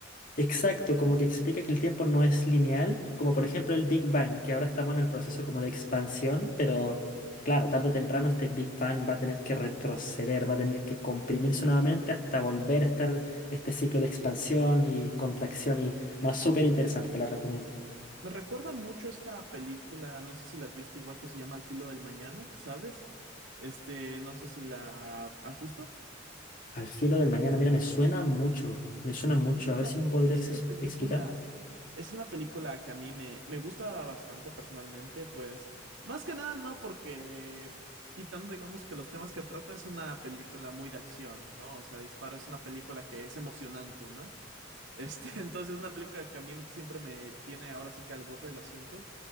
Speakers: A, on the left; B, on the right.
A: Exacto, como que explica que el tiempo no es lineal, como por ejemplo el Big Bang, que ahora estamos en el proceso como de expansión, pero claro, tarde o temprano este Big Bang va a tener que retroceder, va a tener que comprimirse nuevamente hasta volver a estar este ciclo de expansión y contracción y no, súper interesante, te la recomiendo.
B: Me recuerda mucho esta película, no sé si la viste igual que se llama Al filo del mañana, ¿sabes? Este, no sé si la has visto.
A: Al filo del mañana, mira, me suena mucho, me suena mucho,
B: Es
A: a ver
B: una,
A: si me podrías
B: es
A: ex-
B: una película,
A: explicar.
B: es una película que a mí me, me gusta bastante personalmente, pues más que nada, ¿no? Porque quitando, digamos, que los temas que trata es una película muy de acción, ¿no? O sea, Disparo es una película que es emocionante, ¿no? Este, <laughs> entonces es una película que a mí siempre me tiene ahora sí que al borde del asiento.